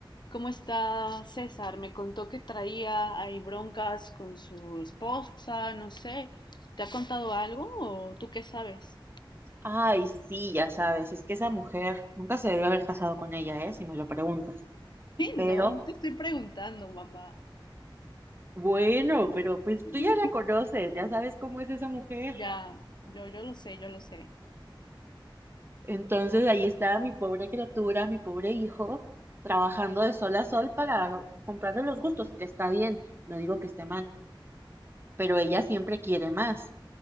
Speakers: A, on the left; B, on the right.
A: ¿Cómo está César? Me contó que traía ahí broncas con su esposa, no sé. ¿Te ha contado algo o tú qué sabes? <laughs>
B: ay, sí, ya sabes, es que esa mujer nunca se debió haber casado con ella, ¿eh? Si me lo preguntas. Pero,
A: No, no te estoy preguntando, mamá.
B: bueno, pero pues
A: <laughs>
B: tú ya la conoces, ya sabes cómo es esa mujer.
A: Ya, yo, yo lo sé, yo lo sé.
B: Entonces ahí está mi pobre criatura, mi pobre hijo, trabajando de sol a sol para comprarle los gustos, que está bien, no digo que esté mal, pero ella siempre quiere más.